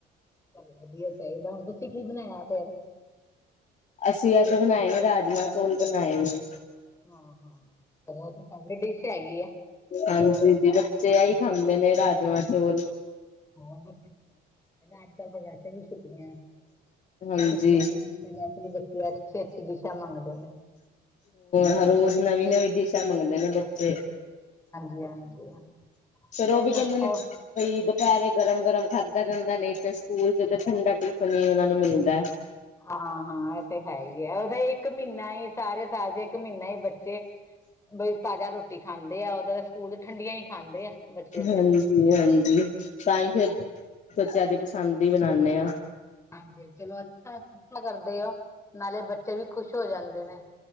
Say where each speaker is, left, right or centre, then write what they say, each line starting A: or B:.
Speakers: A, on the left; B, on the left.
A: ਚੱਲ ਵਧੀਆ ਚਾਹੀਦਾ, ਹੁਣ ਤੁਸੀਂ ਕੀ ਬਣਾਇਆ ਫੇਰ।
B: ਅਸੀਂ ਅੱਜ ਬਣਾਏ ਨੇ ਰਾਜਮਾਂ ਚੌਲ ਬਣਾਏ ਨੇ,
A: ਹਾਂ, ਹਾਂ, ਤਾਂ ਫੇਰ ਡਿਸ਼ ਹੈੈਗੀ ਈ ਆ।
B: ਹਾਂਜੀ ਜੀ, ਬੱਚੇ ਆਹੀ ਖਾਂਦੇ ਨੇ ਰਾਜਮਾਂ ਚੋਲ,
A: ਹੋ ਜਾਂਦੇ ਅੱਜ-ਕੱਲ ਤਾਂ ਵੈਸੇ ਵੀ ਛੁੱਟੀਆਂ-ਛੁੱਟੀਆਂ
B: ਹਾਂਜੀ
A: ਨੇ, ਵੀ ਬੱਚੇ ਅੱਛੀ-ਅੱਛੀ ਦਿਸ਼ਾ ਮੰਗਦੇ ਨੇ,
B: ਹ ਰੋਜ਼ ਨਵੀਂ ਨਵੀਂ ਡਿਸ਼ਾਂ ਮੰਗਦੇ ਨੇ ਬੱਚੇ
A: ਹਾਂਜੀ ਹਾਂਜੀ
B: ਫਿਰ
A: ਚਲੋ
B: ਉਹ ਵੀ ਕਹਿੰਦੇ ਨੇ
A: ਹੋਰ
B: ਕਈ ਦੁਪਹਰੇ ਗਰਮ ਗਰਮ ਖਾਦਾ ਜਾਂਦਾ ਨਹੀਂ ਤੇ ਸਕੂਲ ਤੇ ਠੰਡਾ ਟਿਫਨ ਹੀ ਉਹਨਾ ਨੂੰ ਮਿਲਦਾ
A: ਹਾਂ ਹਾਂ ਇਹ ਤੇ ਹੈ ਹੀ ਹੈ ਉਹਦਾ ਇੱਕ ਮਹੀਨਾ ਹੀ ਸਾਰੇ ਸਾਲ ਚ ਇੱਕ ਮਹੀਨਾ ਹੀ ਬੱਚੇ ਬੜ ਤਾਜ਼ਾ ਰੋਟੀ ਖਾਂਦੇ ਆ ਉਦਾਂ ਦਾ ਸਕੂਲ ਠੰਡੀਆਂ ਹੀ ਖਾਂਦੇ ਆ ਬੱਚੇ
B: ਹਾਂਜੀ
A: ਤੇ
B: ਹਾਂਜੀ ਤਾਂ ਹੀ ਫੇਰ ਬੱਚਿਆਂ ਦੀ ਪਸੰਦ ਹੀ ਬਣਾਉਦੇ ਹਾਂ।
A: ਹਾਂਜੀ ਚਲੋ ਅੱਛਾ, ਅੱਛਾ ਕਰਦੇ ਨਾਲੇ ਬੱਚੇ ਵੀ ਖੁਸ਼ ਹੋ ਜਾਂਦੇ ਨੇ,